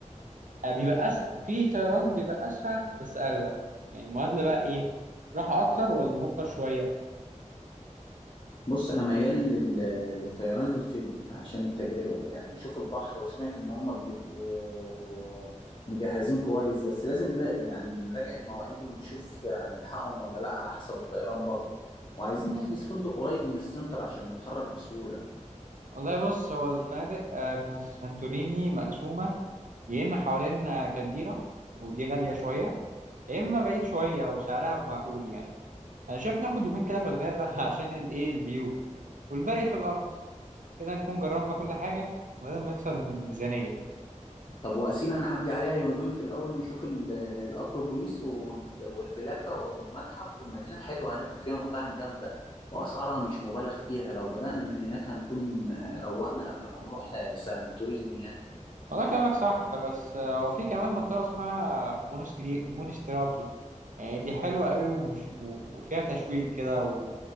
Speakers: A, on the right; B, on the left.
A: آه، بيبقى أس... في طيران بيبقى أسرع بس أغلى يعني المعادلة بقى إيه راحة أكتر ولا نوفر شوية
B: بص انا ميال لل... للطيران الفري عشان التجربه يعني نشوف البحر وسمعت ان هم بيبقوا مجهزين كويس بس لازم ن... يعني نراجع المواعيد ونشوف هنلحقهم ولا لا على حسب الطيران برضه وعايزين نحجز فندق قريب من السنتر عشان نتحرك بسهوله
A: والله بص هو الفنادق آه، في سانتوريني مقسومة يا إما حوالين آه، كالديرا ودي غالية شوية يا إما بعيد شوية وسعرها معقول يعني أنا شايف ناخد يومين كده في الغابة <laughs> عشان الإيه الفيو والباقي في الأرخص كده نكون جربنا كل حاجة من غير ما يكسر الميزانية
B: طب وقسينا نعدي عليها يومين في الأول نشوف ال- الأكروبوليس وال- والبلاكة والمتحف المدينة حلوة هناك فيها مطاعم جامدة وأسعارها مش مبالغ فيها لو بدأنا من هناك هنكون آه، روقنا قبل ما نروح آه، سانتوريني يعني
A: والله كلامك صح بس آه، هو في كمان منطقة اسمها مونستري مونستراكي يعني دي حلوة قوي ومش و- وفيها تشويق كده و...